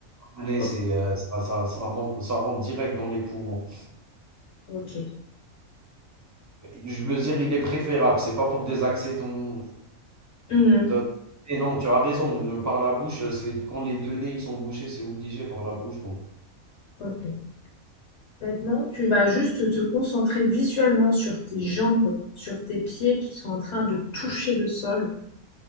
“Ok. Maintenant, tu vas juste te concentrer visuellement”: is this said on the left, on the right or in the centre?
Left